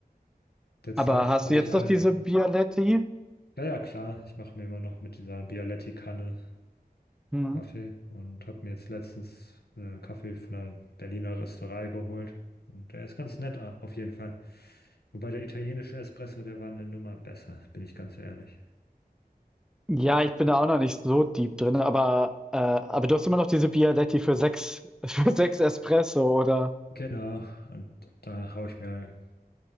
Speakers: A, on the left (about 80°); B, in the centre.
A: Derzeit
B: Aber hast
A: habe
B: du jetzt
A: ich einen,
B: noch diese Bialetti?
A: ja, ja, klar, ich mache mir immer noch mit dieser Bialetti-Kanne
B: Mhm.
A: Kaffee und habe mir jetzt letztens äh, Kaffee von einer Berliner Rösterei geholt. Und der ist ganz nett a- auf jeden Fall. Wobei der italienische Espresso, der war eine Nummer besser, bin ich ganz ehrlich.
B: Ja, ich bin da auch noch nicht so deep drin, aber, äh, aber du hast immer noch diese Bialetti für sechs, <laughs> für sechs Espresso, oder?
A: Genau, und da haue ich mir